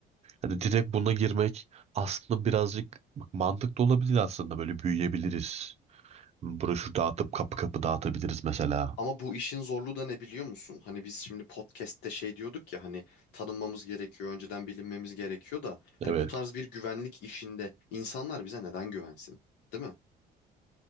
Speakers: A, on the right; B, on the left.
A: Yani direkt buna girmek aslında birazcık bak, mantıklı olabilir aslında böyle büyüyebiliriz. Broşür dağıtıp kapı kapı dağıtabiliriz mesela.
B: Ama bu işin zorluğu da ne biliyor musun? Hani biz şimdi podcast'te şey diyorduk ya hani tanınmamız gerekiyor, önceden bilinmemiz gerekiyor da hani
A: Evet.
B: bu tarz bir güvenlik işinde insanlar bize neden güvensin, değil mi?